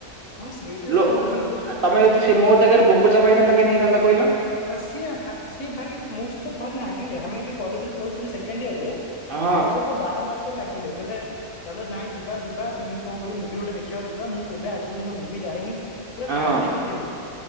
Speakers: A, on the left; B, on the right.
A: ହଁ ସେଇଟା
B: ଲୋ
A: ବୁଝୁଛି ଯେ
B: ତମେ ଯଦି ସେ ମୋ ଜାଗାରେ ବୋକଚା ହେଇଥାନ୍ତା କେମିତି ହେଇଥାନ୍ତା କହିଲ।
A: ଆ ସିଏ ହା ସିଏ ଭାଇ ମସାଇତ ଥରେ ଲାଗିଲା ଆମେ ଯୋଉ କଲେଜରେ ପଢୁଥିଲୁ ସେକେଣ୍ଡର ରେ
B: ହଁ
A: ମୋ ସହିତ ବାରମ୍ବାର ଲାଗିଲେ କହିଲେ ଚାଲ ନାଇଁ ଯିବା ଯିବା କେମିତି କଣ କରିବି ମୁଭି ଗୋଟେ ଦେଖିବାକୁ ଯିବା ମୁଁ କେବେ ଆଜି ପର୍ଯ୍ୟନ୍ତ ମୁଭି ଯାଇନି ପୁରା
B: ହଁ
A: କାନ୍ଦି ପକେଇଲେ